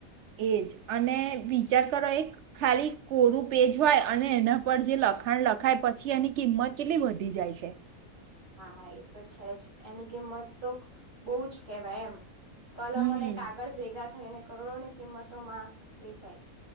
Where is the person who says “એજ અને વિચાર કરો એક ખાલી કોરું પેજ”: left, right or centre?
Right